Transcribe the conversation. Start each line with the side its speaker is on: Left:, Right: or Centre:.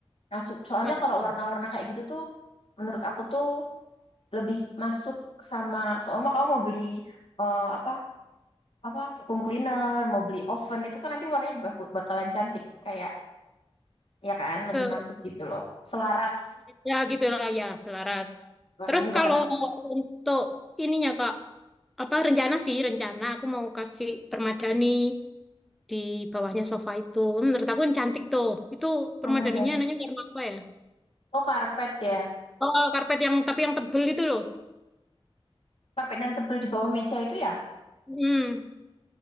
Left: Masuk. Soalnya
Centre: masuk.
Left: kalau warna-warna kayak gitu tuh, menurut aku tuh lebih masuk sama, sama kamu mau beli eh, apa apa vacuum cleaner, mau beli oven itu kan nanti warnanya bak- bakalan cantik kayak ya kan lebih
Centre: Se
Left: masuk gitu loh. Selaras
Centre: ya gitu lah ya selaras.
Left: warnanya
Centre: Terus
Left: bahkan
Centre: kalau untuk
Left: selaras.
Centre: ininya Kak, apa rencana sih rencana aku mau kasih permadani di bawahnya sofa itu menurut aku yang cantik tuh itu
Left: Permadani.
Centre: permadaninya nanya warna apa ya
Left: Oh, karpet ya.
Centre: oh karpet yang tapi yang tebel itu loh
Left: Karpet yang tebel di bawah meja itu ya.
Centre: hmm